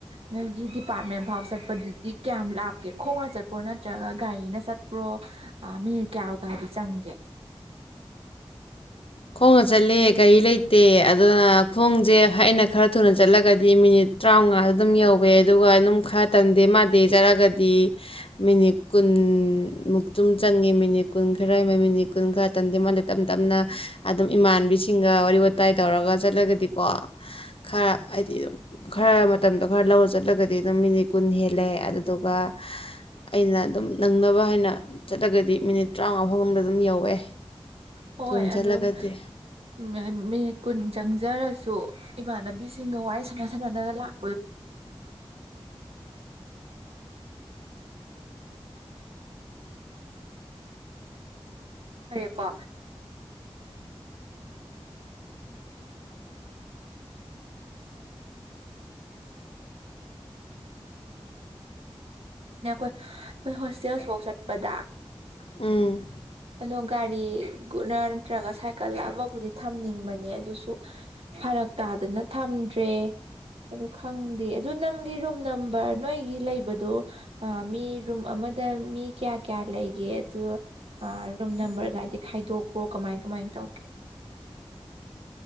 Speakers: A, on the right; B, on the left.
A: ꯅꯣꯏꯒꯤ ꯗꯤꯄꯥꯔꯠꯃꯦꯟ ꯐꯥꯎ ꯆꯠꯄꯗꯨꯗꯤ ꯀꯌꯥꯝ ꯂꯥꯞꯀꯦ ꯈꯣꯡꯅ ꯆꯠꯄ꯭ꯔꯣ ꯅꯠꯇ꯭ꯔꯒ ꯒꯥꯔꯤꯅ ꯆꯠꯄ꯭ꯔꯣ ꯑ ꯃꯤꯅꯤꯠ ꯀꯌꯥꯎꯒꯥꯗꯤ ꯆꯪꯒꯦ
B: ꯈꯣꯡꯒ ꯆꯠꯂꯦ ꯒꯔꯤ ꯂꯩꯇꯦ ꯑꯗꯨꯅ ꯈꯣꯡꯁꯦ ꯑꯩꯅ ꯈꯔ ꯊꯨꯅ ꯆꯠꯂꯒꯗꯤ ꯃꯤꯅꯤꯠ ꯇ꯭ꯔꯥꯎꯉꯥꯗ ꯑꯗꯨꯝ ꯌꯧꯋꯦ ꯑꯗꯨꯒ ꯑꯗꯨꯝ ꯈꯔ ꯇꯟꯗꯦ ꯃꯥꯥꯟꯗꯦ ꯆꯠꯂꯒꯗꯤ ꯃꯤꯅꯤꯠ ꯀꯨꯟꯃꯨꯛꯇꯨꯝ ꯆꯪꯉꯦ ꯃꯤꯅꯤꯠ ꯀꯨꯟ ꯈꯔ ꯂꯩ ꯃꯤꯅꯤꯠ ꯀꯨꯟ ꯈꯔ ꯇꯟꯗꯦ ꯃꯥꯥꯟꯗꯦ ꯇꯞꯅ ꯇꯞꯅ ꯑꯗꯨꯝ ꯏꯃꯥꯟꯕꯤꯁꯤꯡꯒ ꯋꯥꯔꯤ ꯋꯥꯇꯥꯏ ꯇꯧꯔꯒ ꯆꯠꯂꯒꯗꯤꯀꯣ ꯈꯔ ꯍꯥꯏꯗꯤ ꯈꯔ ꯃꯇꯝꯗꯣ ꯈꯔ ꯂꯧꯔ ꯆꯠꯂꯒꯗꯤ ꯑꯗꯨꯝ ꯃꯤꯅꯤꯠ ꯀꯨꯟ ꯍꯦꯜꯂꯦ ꯑꯗꯨꯗꯨꯒ ꯑꯩꯅ ꯑꯗꯨꯝ ꯅꯪꯅꯕ ꯍꯥꯏꯅ ꯆꯠꯂꯒꯗꯤ ꯃꯤꯅꯤꯠ ꯇ꯭ꯔꯥꯎꯉꯥ ꯐꯥꯎ ꯃꯅꯨꯡꯗ ꯑꯗꯨꯝ ꯌꯧꯋꯦ
A: ꯍꯣꯏ
B: ꯊꯨꯅ
A: ꯑꯗꯨꯝ
B: ꯆꯠꯂꯒꯗꯤ
A: ꯃꯦ ꯃꯤꯅꯤꯠ ꯀꯨꯟ ꯆꯪꯖꯔꯁꯨ ꯏꯃꯥꯟꯅꯕꯤꯁꯤꯡꯒ ꯋꯥꯔꯤ ꯁꯥꯟꯅ ꯁꯥꯟꯅꯅꯒ ꯂꯥꯛ ꯀꯣ ꯑꯩꯈꯣꯏ ꯑꯩꯈꯣꯏ ꯍꯣꯁꯇꯦꯜꯁꯤ ꯐꯧ ꯆꯠꯄꯗ
B: ꯎꯝ
A: ꯑꯗꯣ ꯒꯥꯔꯤ ꯒꯨꯅ ꯅꯠꯇ꯭ꯔꯒ ꯁꯥꯏꯀꯜ ꯑꯃꯕꯨꯗꯤ ꯊꯝꯅꯤꯡꯕꯅꯤ ꯅꯦ ꯑꯗꯨꯁꯨ ꯐꯔꯛ ꯇꯥꯗꯅ ꯊꯝꯗ꯭ꯔꯦ ꯑꯗꯨ ꯈꯪꯗꯦ ꯑꯗꯨ ꯅꯪꯗꯤ ꯔꯨ ꯔꯨꯝ ꯅꯝꯕꯔ ꯅꯣꯏꯒꯤ ꯂꯩꯕꯗꯣ ꯃꯤ ꯔꯨꯝ ꯑꯃꯗ ꯃꯤ ꯀꯌꯥ ꯀꯌꯥ ꯂꯩꯒꯦ ꯨꯇꯨ ꯑ ꯔꯨꯝ ꯅꯝꯕꯔꯒꯥꯏꯗꯤ ꯈꯥꯏꯗꯣꯛ ꯑꯣ ꯀꯃꯥꯏ ꯀꯃꯥꯏ ꯇꯧꯀꯦ